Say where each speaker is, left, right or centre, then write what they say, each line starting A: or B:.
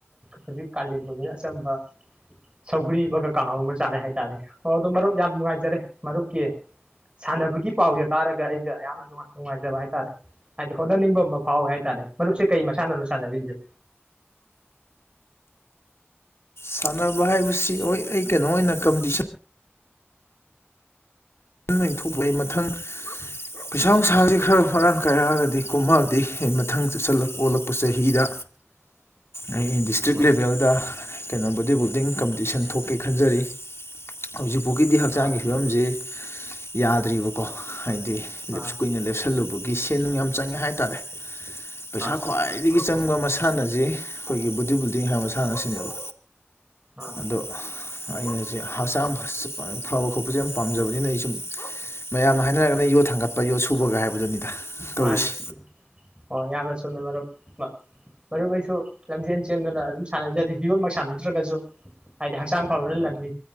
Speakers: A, on the right; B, on the left.
A: ꯍꯧꯖꯤꯛ ꯀꯥꯂꯦꯟ ꯐꯨꯝꯝꯕꯤꯅ ꯑꯆꯝꯕ ꯁꯧꯒ꯭ꯔꯤ ꯑꯃꯒ ꯀꯥꯡꯍꯧ ꯑꯃ ꯆꯥꯔꯦ ꯍꯥꯏꯇꯥꯔꯦ ꯑꯣ ꯑꯗꯨꯣ ꯃꯔꯨꯞ ꯌꯥꯝ ꯅꯨꯡꯉꯥꯏꯖꯔꯦ ꯃꯔꯨꯞꯀꯤ ꯁꯥꯟꯅꯕꯒꯤ ꯄꯥꯎꯁꯦ ꯇꯥꯔꯒ ꯑꯩꯁ ꯌꯥꯝꯅ ꯅꯨꯉꯥꯏ ꯅꯨꯡꯉꯥꯏꯖꯕ ꯍꯥꯏꯇꯥꯔꯦ ꯍꯥꯏꯗꯤ ꯍꯣꯠꯅꯅꯤꯡꯕ ꯑꯃ ꯐꯥꯎꯋꯦ ꯍꯥꯏꯇꯥꯔꯦ ꯃꯔꯨꯞꯁꯦ ꯀꯩ ꯃꯁꯥꯟꯅꯣ ꯁꯥꯟꯅꯔꯤꯁꯦ
B: ꯁꯥꯟꯅꯕ ꯍꯥꯏꯕꯁꯤ ꯍꯣꯏ ꯑꯩ ꯀꯩꯅꯣ ꯑꯣꯏꯅ ꯀꯝꯄꯤꯇꯤꯁꯟ <unintelligible> ꯃꯊꯪ
A: <inaudible>
B: ꯄꯩꯁꯥ ꯅꯨꯡꯁꯥꯁꯤ ꯈꯔ ꯃꯔꯥꯡ ꯀꯥꯏꯔꯛꯑꯒꯗꯤ ꯀꯨꯝꯃꯛꯑꯗꯤ ꯑꯩ ꯃꯊꯪ ꯆꯂꯛ ꯑꯣꯜꯂꯛꯄ ꯆꯍꯤꯗ
A: <unintelligible>
B: ꯑꯩ ꯗꯤꯁꯇ꯭ꯔꯤꯛ
A: ꯑꯥ
B: ꯂꯦꯚꯦꯜꯗ ꯀꯩꯅꯣ ꯕꯣꯗꯤ ꯕꯤꯜꯗꯤꯡ ꯀꯝꯄꯤꯇꯤꯁꯟ ꯊꯣꯛꯀꯦ ꯈꯟꯖꯔꯤ ꯍꯧꯖꯤꯛꯐꯥꯎꯒꯤꯗꯤ ꯍꯛꯆꯥꯡꯒꯤ
A: ꯑꯥ
B: ꯐꯤꯕꯝꯁꯤ ꯌꯥꯗ꯭ꯔꯤꯕꯀꯣ ꯍꯥꯏꯗꯤ ꯂꯞꯁ
A: ꯑꯥ
B: ꯀꯨꯏꯅ ꯂꯦꯞꯁꯜꯂꯨꯕꯒꯤ ꯁꯦꯟ ꯅꯨꯡ ꯌꯥꯝ ꯆꯪꯉꯦ ꯍꯥꯏꯇꯥꯔꯦ
A: <inaudible>
B: ꯄꯩꯁꯥ ꯈ꯭ꯋꯥꯏꯗꯒꯤ ꯆꯪꯕ ꯃꯁꯥꯟꯅꯁꯤ ꯑꯩꯈꯣꯏꯒꯤ ꯕꯣꯗꯤ ꯕꯤꯜꯗꯤꯡ ꯍꯥꯏꯕ ꯃꯁꯥꯟꯅ ꯑꯁꯤꯅꯦꯕ
A: ꯑꯥ
B: ꯑꯗꯣ ꯑꯩꯅ ꯍꯧꯖꯤꯛ ꯍꯛꯆꯥꯡ ꯐꯕ ꯈꯣꯠꯄꯁꯦ ꯌꯥꯝ ꯄꯥꯝꯖꯕꯅꯤꯅ ꯑꯩ ꯁꯨꯝ ꯃꯌꯥꯝꯅ ꯍꯥꯏꯅꯔꯒꯅ ꯌꯣꯠ ꯊꯥꯡꯒꯠꯄ ꯌꯣꯠ ꯁꯨꯕꯒ ꯍꯥꯏꯕꯗꯨꯅꯤꯗ ꯇꯧꯔꯤꯁꯤ
A: ꯃꯥꯅꯦ ꯍꯣ ꯌꯥꯝꯅ ꯆꯨꯝꯃꯦ ꯃꯔꯨꯞ ꯃꯔꯨꯞ ꯑꯩꯁꯨ ꯂꯝꯖꯦꯟ ꯆꯦꯟꯗꯨꯅ ꯑꯗꯨꯝ ꯁꯥꯟꯅꯖꯔꯤ ꯌꯣꯠꯃꯛ ꯁꯥꯟꯅꯗ꯭ꯔꯒꯁꯨ ꯍꯥꯏꯗꯤ ꯍꯛꯆꯥꯡ ꯐꯕꯅ ꯂꯟꯅꯤ